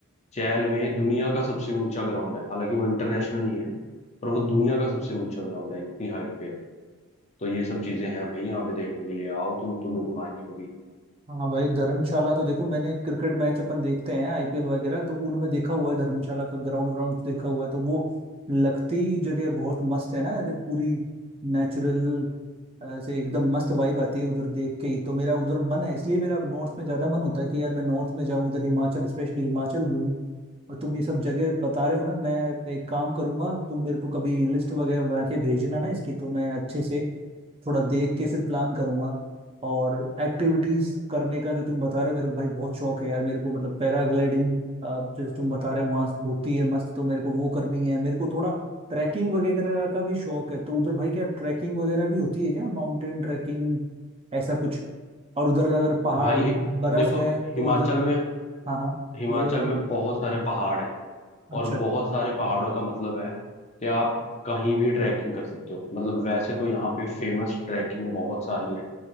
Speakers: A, on the left; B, on the right.
A: चैल में दुनिया का सबसे ऊंचा ग्राउंड है हालांकि वो इंटरनेशनल नहीं है पर वो दुनिया का सबसे ऊंचा ग्राउंड है इतनी हाइट पे है तो ये सब चीजें हैं भाई यहाँ पे देखने के लिए आओ तुम तुम्हें घुमाएंगे कभी
B: हाँ भाई धर्मशाला तो देखो मैंने क्रिकेट मैच अपन देखते हैं आईपीएल वगैरह तो उनमें देखा हुआ है धर्मशाला का ग्राउंड व्राउंड देखा हुआ है तो वो लगती जगह बहुत मस्त है ना ऐसे पूरी नेचुरल ऐसे एकदम मस्त वाइब आती है उधर देख के ही तो मेरा उधर मन है इसलिए मेरा नॉर्थ में ज्यादा मन होता है कि यार मैं नॉर्थ में जाऊं इधर हिमाचल स्पेशली हिमाचल घूमूं और तुम ये सब जगह बता रहे हो ना मैं एक काम करूंगा तुम मेरे को कभी लिस्ट वगैरह बना के भेजना ना इसकी तो मैं अच्छे से थोड़ा देख के फिर प्लान करूंगा और एक्टिविटीज करने का जो तुम बता रहे हो मेरे को भाई बहुत शौक है यार मेरे को मतलब पैराग्लाइडिंग जैसे तुम बता रहे हो वहां होती है मस्त तो मेरे को वो करनी है मेरे को थोड़ा ट्रैकिंग वगैरह का भी शौक है तो उधर भाई क्या ट्रैकिंग वगैरह भी होती है क्या माउंटेन ट्रैकिंग ऐसा कुछ और उधर अगर पहाड़
A: भाई हि-
B: बर्फ
A: देखो
B: है तो
A: हिमाचल
B: उधर
A: में
B: हाँ हाँ
A: हिमाचल
B: बोलो भाई
A: में बहुत सारे पहाड़ हैं
B: अच्छा
A: और बहुत सारे पहाड़ों का मतलब है कि आप कहीं भी ट्रैकिंग कर सकते हो मतलब वैसे तो यहाँ पे फेमस ट्रैकिंग बहुत सारी हैं